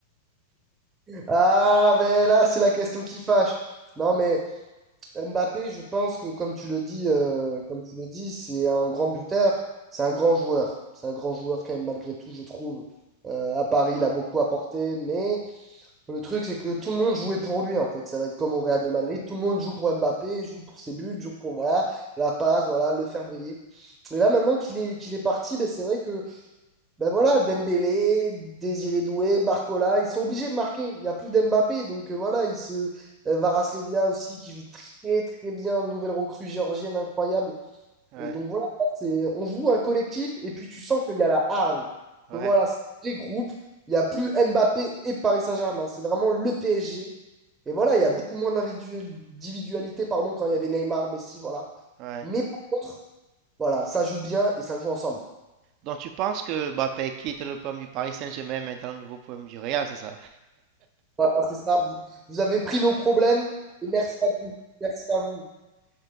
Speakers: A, on the right (about 15°); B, on the right (about 45°).
A: Ah, mais là, c'est la question qui fâche. Non, mais. Mbappé, je pense que comme tu le dis, euh, comme tu le dis, c'est un grand buteur, c'est un grand joueur. C'est un grand joueur quand même malgré tout, je trouve. Euh, à Paris, il a beaucoup apporté, mais le truc, c'est que tout le monde jouait pour lui, en fait. Ça va être comme au Real de Madrid, tout le monde joue pour Mbappé, joue pour ses buts, joue pour voilà, la passe, voilà, le faire briller. Et là, maintenant qu'il est, qu'il est parti, ben, c'est vrai que ben voilà, Dembélé, Désiré Doué, Barcola, ils sont obligés de marquer. Il n'y a plus d'Mbappé. Donc euh, voilà, il se. euh, Varas aussi, qui joue très très bien. Nouvelle recrue géorgienne incroyable.
B: Ouais,
A: Et donc voilà, c'est... on joue un collectif et puis tu sens qu'il y a la hargne.
B: ouais,
A: Que voilà, c'est des groupes. Il n'y a plus Mbappé et Paris Saint-Germain. hein. C'est vraiment le PSG. Et voilà, il y a beaucoup moins d'individu- d'individualité, pardon, quand il y avait Neymar, Messi, voilà.
B: ouais.
A: Mais par contre, voilà, ça joue bien et ça joue ensemble.
B: Donc tu penses que Mbappé qui était le problème du Paris Saint-Germain est maintenant le nouveau problème du Real, c'est ça?
A: Voilà, c'est ça. Vous, vous avez pris nos problèmes et merci à vous. Merci à vous.